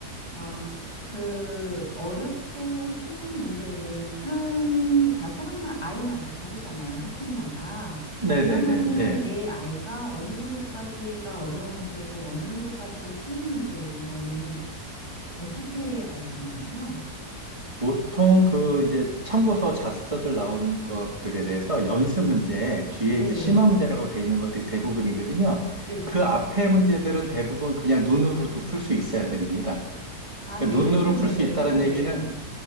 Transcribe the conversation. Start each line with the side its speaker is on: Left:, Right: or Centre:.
Left: 어, 그 어렵고 쉬운 문제는 상, 다 사람마, 아이마다 다르잖아요. 학생마다.
Right: 네,
Left: 그러면은
Right: 네, 네, 네.
Left: 내 아이가 어느 정도까지가 어려운 문제고 어느 정도까지가 쉬운 문제인 거는 어떻게 알 수 있나요?
Right: 보통 그 이제 참고서 자습서들 나온 것들에 대해서 연습 문제 뒤에
Left: 네.
Right: 이제 심화 문제라고 돼 있는 것들이 대부분이거든요.
Left: 네네.
Right: 그 앞에 문제들은 대부분 그냥 눈으로도 풀 수 있어야 됩니다.
Left: 아,
Right: 그러니까
Left: 예를
Right: 눈으로
Left: 들면요,
Right: 풀 수 있다는
Left: 선생님.
Right: 얘기는